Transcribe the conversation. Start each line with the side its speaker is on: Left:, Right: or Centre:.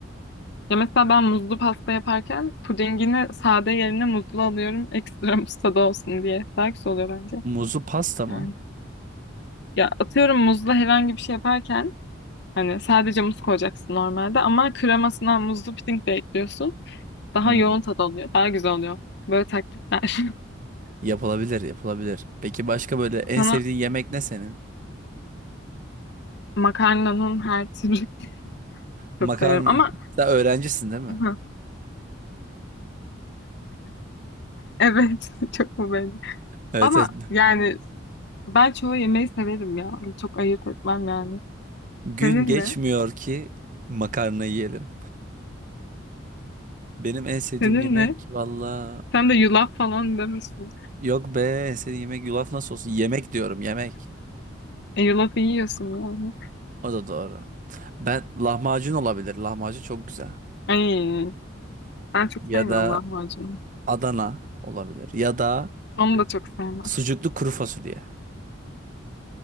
Left: Ya mesela ben muzlu pasta yaparken pudingini sade yerine muzlu alıyorum. Ekstra muz tadı olsun diye. Daha oluyor bence.
Right: Muzlu pasta mı?
Left: Yani. Ya atıyorum muzla herhangi bir şey yaparken hani sadece muz koyacaksın normalde ama kremasına muzlu puding de ekliyorsun. Daha
Right: Hmm.
Left: yoğun tad oluyor. Daha güzel oluyor. Böyle taktikler.
Right: Yapılabilir, yapılabilir. Peki başka böyle en
Left: <laughs> Sana
Right: sevdiğin yemek ne senin?
Left: makarnanın her türlü <laughs>
Right: Makarna.
Left: çok severim ama
Right: Sen öğrencisin değil mi?
Left: <laughs> evet <laughs> çok mu beğendim.
Right: Evet,
Left: Ama
Right: evet.
Left: yani ben çoğu yemeği severim ya. hani Çok ayırt etmem yani.
Right: Gün
Left: Senin
Right: geçmiyor
Left: ne?
Right: ki makarna yiyelim. Benim en sevdiğim
Left: Senin
Right: yemek
Left: ne?
Right: valla
Left: Sen de yulaf falan demişsin.
Right: yok be en sevdiğim yemek yulaf nasıl olsun? Yemek diyorum yemek.
Left: E, yulafı yiyorsun yani.
Right: O da doğru. Ben lahmacun olabilir. Lahmacun çok güzel.
Left: Ay, ben çok
Right: Ya
Left: sevmiyorum
Right: da
Left: lahmacunu.
Right: Adana olabilir. Ya da
Left: Onu da çok sevmem.
Right: sucuklu kuru fasulye.